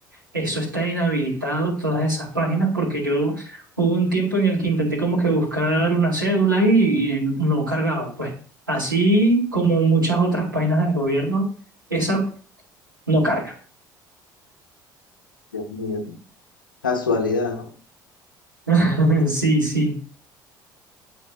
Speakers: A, on the right (about 85°); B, on the left (about 80°).
A: eso está inhabilitado, todas esas páginas, porque yo hubo un tiempo en el que intenté como que buscar una cédula y, y no cargaba. Pues así como muchas otras páginas del gobierno, esa no carga.
B: Dios mío, casualidad, ¿no?
A: <laughs> Sí, sí.